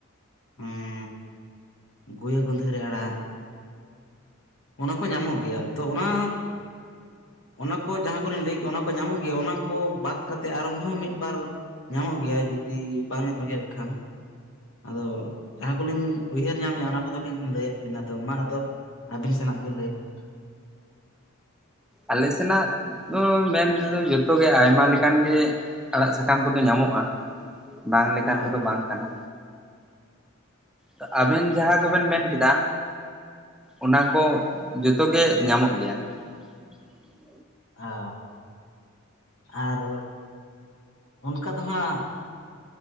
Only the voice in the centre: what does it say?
ᱟᱞᱮ ᱥᱮᱱᱟᱜ ᱩᱸ ᱢᱮᱱᱛᱮᱫᱚ ᱡᱚᱛᱚ ᱜᱮ, ᱟᱭᱢᱟ ᱞᱮᱠᱟᱱ ᱜᱮ ᱟᱲᱟᱜ, ᱥᱟᱠᱟᱢ ᱠᱚᱫᱚ ᱧᱟᱢᱚᱜᱼᱟ᱾ ᱵᱟᱝ ᱞᱮᱠᱟᱱ
ᱠᱚᱫᱚ, ᱵᱟᱝ ᱠᱟᱱᱟ᱾ ᱛᱚ, ᱟᱵᱮᱱ ᱡᱟᱦᱟᱸ ᱠᱚᱵᱮᱱ ᱢᱮᱱ ᱠᱮᱫᱟ! ᱚᱱᱟ ᱠᱚ ᱡᱚᱛᱚ ᱜᱮ ᱧᱟᱢᱚᱜ ᱜᱮᱭᱟ᱾ ᱦᱮᱸ